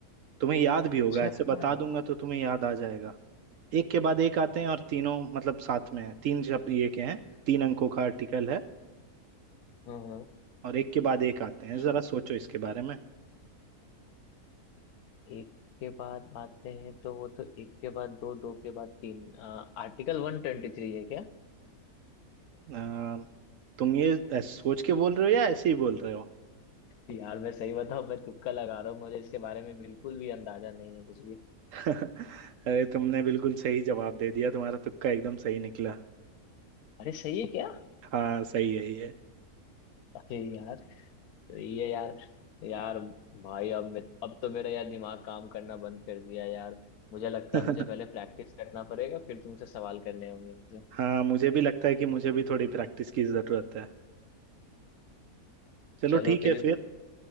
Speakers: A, on the right; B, on the left.
A: तुम्हें याद भी होगा
B: अच्छा
A: ऐसे
B: ऐसा
A: बता
B: है
A: दूंगा तो तुम्हें याद आ जाएगा एक के बाद एक आते हैं और तीनों मतलब साथ में है तीन शब्द ये के हैं तीन अंकों का आर्टिकल है
B: हाँ हाँ
A: और एक के बाद एक आते
B: हम्म,
A: हैं जरा सोचो इसके बारे में
B: एक के बाद आते हैं तो वो तो एक के बाद दो दो के बाद तीन आर्टिकल वन ट्वेंटी थ्री है क्या
A: अ, तुम ये ऐस- सोच के बोल रहे हो या ऐसे ही बोल रहे हो
B: यार मैं सही बताऊं मैं तुक्का लगा रहा हूँ मुझे इसके बारे में बिल्कुल भी अंदाजा नहीं है कुछ भी
A: <laughs> अरे तुमने बिल्कुल सही जवाब दे दिया तुम्हारा तुक्का एकदम सही निकला
B: अरे सही है
A: हाँ सही है ये
B: अरे यार ये यार यार भाई अब मैं अब तो मेरा यार दिमाग काम करना बंद कर दिया यार मुझे लगता
A: <laughs>
B: है मुझे पहले प्रैक्टिस करना पड़ेगा फिर तुमसे सवाल करने होंगे मुझे
A: हाँ मुझे भी लगता है कि मुझे भी थोड़ी प्रैक्टिस की जरूरत है चलो
B: चलो
A: ठीक
B: फिर
A: है फिर